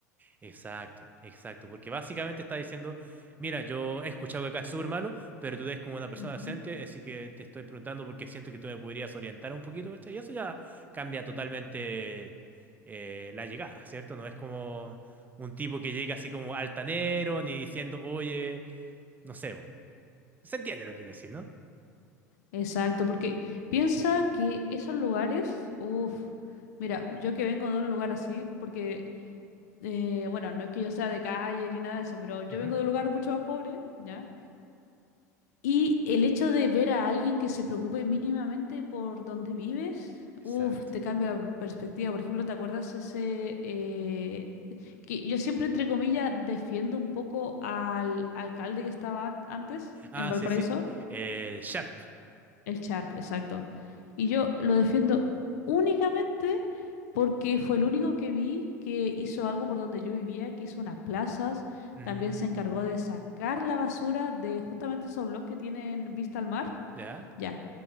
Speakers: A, on the right; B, on the left.
A: Exacto, exacto, porque básicamente está diciendo, mira, yo he escuchado que acá es súper malo, pero tú eres como una persona
B: Ujú.
A: decente, así que te estoy preguntando porque siento que tú me podrías orientar un poquito, ¿cachai? Y eso ya cambia totalmente eh, la llegada, ¿cierto? No es como un tipo que llega así como altanero, ni diciendo, oye, no sé, bo". Se entiende lo que quiero decir, ¿no?
B: Exacto, porque piensa que esos lugares, uff, mira, yo que vengo de un lugar así, porque, eh, bueno, no es que yo sea de calle ni nada de eso, pero yo
A: Ujú,
B: vengo de un lugar mucho más pobre, ¿ya? Y el hecho de ver a alguien que se preocupe mínimamente por donde vives,
A: Exacto.
B: uff, te cambia la perspectiva. Por ejemplo, ¿te acuerdas ese, eh, que yo siempre, entre comillas, defiendo un poco al alcalde que estaba antes
A: Ah,
B: en Valparaíso?
A: sí, sí, el sharp.
B: El Sharp, exacto. Y yo lo defiendo únicamente porque fue el único que vi que hizo algo por donde yo vivía, que hizo unas plazas,
A: Mm,
B: también se encargó de sacar la basura de justamente esos bloques que tienen vista al mar.
A: ¿ya?
B: Ya,